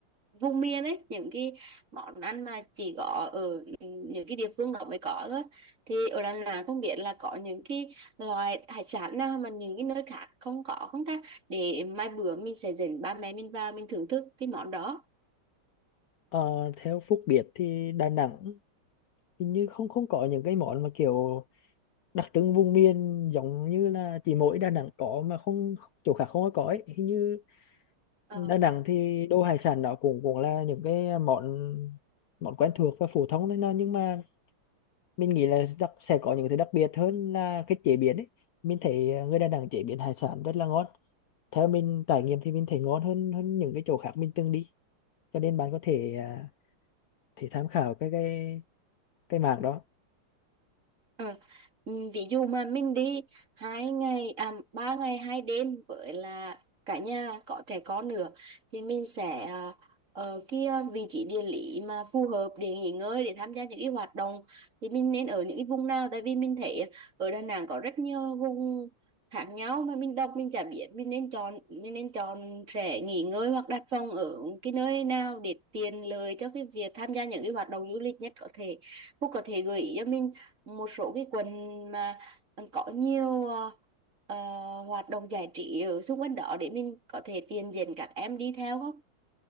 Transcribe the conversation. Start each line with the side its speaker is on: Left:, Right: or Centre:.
Right: vùng miền ấy những cái món ăn mà chỉ có ở ừ, những cái địa phương đó mới có thôi thì ở Đà Nẵng không biết là có những cái loại hải sản nào mà những cái nơi khác không có không ta để mai bữa mình sẽ dẫn ba mẹ mình vào mình thưởng thức cái món đó
Left: Ờ, theo Phúc biết thì Đà Nẵng hình như không không có những cái món mà kiểu đặc trưng vùng miền giống như là chỉ mỗi Đà Nẵng có mà không chỗ khác không có có ấy. Hình như
Right: Ờ.
Left: Đà Nẵng thì đồ hải sản đó cũng cũng là những cái món món quen thuộc và phổ thông thôi nó nhưng mà mình nghĩ là đặc, sẽ có những thứ đặc biệt hơn là cái chế biến ấy. Mình thấy người Đà Nẵng chế biến hải sản rất là ngon. Theo mình trải nghiệm thì mình thấy ngon hơn hơn những cái chỗ khác mình từng đi. Cho nên bạn có thể à, thể tham khảo cái cái cái mảng đó.
Right: Ờ, ừ, Ví dụ mà mình đi hai ngày à, ba ngày hai đêm với là cả nhà có trẻ con nữa thì mình sẽ à, ở kia vị trí địa lý mà phù hợp để nghỉ ngơi để tham gia những cái hoạt động thì mình nên ở những cái vùng nào tại vì mình thấy ở Đà Nẵng có rất nhiều vùng khác nhau mà mình đọc mình chả biết mình nên chọn mình nên chọn trẻ nghỉ ngơi hoặc đặt phòng ở cái nơi nào để tiện lợi cho cái việc tham gia những cái hoạt động du lịch nhất có thể Phúc có thể gợi ý cho mình một số cái quận mà có nhiều ờ, ờ, hoạt động giải trí ở xung quanh đó để mình có thể tiền dẫn các em đi theo không?